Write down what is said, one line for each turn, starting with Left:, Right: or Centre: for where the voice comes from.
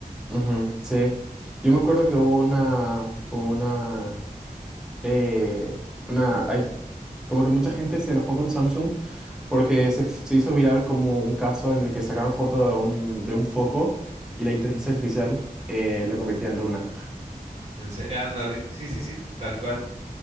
Centre: Ujú, sí. Yo me acuerdo que hubo una, como una, eh, una, ay, como que mucha gente se enojó con Samsung porque se, f- se hizo viral como un caso en el que sacaron foto de un, de un foco y la inteligencia artificial eh, la convertía en luna.
Right: Entonces, eh, ándale, sí, sí, sí, tal cual.